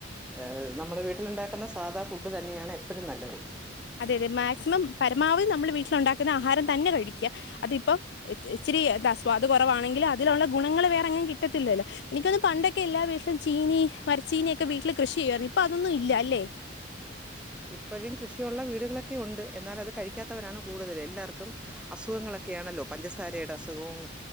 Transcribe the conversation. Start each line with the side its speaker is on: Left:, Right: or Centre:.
Centre: ഏ നമ്മുടെ വീട്ടിലുണ്ടാക്കുന്ന സാധാ ഫുഡ് തന്നെയാണ് എപ്പ ഴും നല്ലത്.
Left: അതെ അതെ മാക്സിമം പരമാവധി നമ്മൾ വീട്ടിലുണ്ടാക്കുന്ന ആഹാരം തന്നെ കഴിക്കുക അതിപ്പം. ഇച്ചിരി ആസ്വാദ് കുറവാണെങ്കിൽ അതിലുള്ള ഗുണങ്ങള് വേറെങ്ങും കിട്ടത്തില്ലല്ലോ. എനിക്കൊന്ന് പണ്ടൊക്കെ എല്ലാ വീട്ടിലും ചീനി മരച്ചീനിയൊക്കെ വീട്ടില് കൃഷി ചെയ്യുമായിരുന്നു ഇപ്പൊ അതൊന്നും ഇല്ല അല്ലേ.
Centre: ഇപ്പഴും കൃഷിയുള്ള വീടുകളൊക്കെ ഉണ്ട് എന്നാൽ അത് കഴിക്കാത്തവരാണ് കൂടുതൽ എല്ലാവർക്കും. അസുഖങ്ങളൊക്കെയാണല്ലോ പഞ്ചസാരയുടെ അസുഖവും.